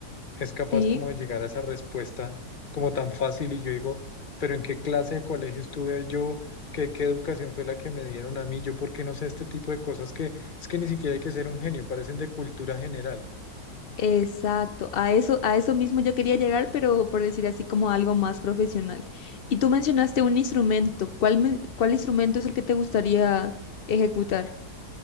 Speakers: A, on the left; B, on the left.
A: es capaz
B: Sí.
A: como de llegar a esa respuesta como tan fácil y yo digo, pero ¿en qué clase de colegio estuve yo? ¿Qué, qué educación fue la que me dieron a mí? Yo, ¿por qué no sé este tipo de cosas que es que ni siquiera hay que ser un genio, parecen de cultura general?
B: Exacto, a eso, a eso mismo yo quería llegar, pero por decir así como algo más profesional. Y tú mencionaste un instrumento. ¿Cuál, men- cuál instrumento es el que te gustaría ejecutar?